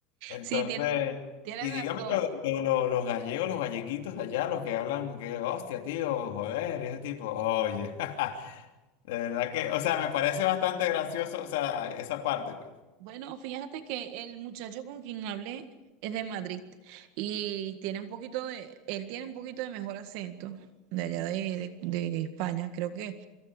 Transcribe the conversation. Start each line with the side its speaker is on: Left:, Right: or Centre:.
Left: Entonces,
Right: Sí, tiene Tienes
Left: y
Right: razón.
Left: dígame lo- lo- lo- los gallegos, los galleguitos de allá, los que hablan que, hostia, tío, joder, y ese tipo, oye, <laughs> de verdad que, o sea, me parece bastante gracioso, o sea, esa parte. pues.
Right: Bueno, fíjate que el muchacho con quien hablé es de Madrid y tiene un poquito de, él tiene un poquito de mejor acento de allá de, de, de España. Creo que,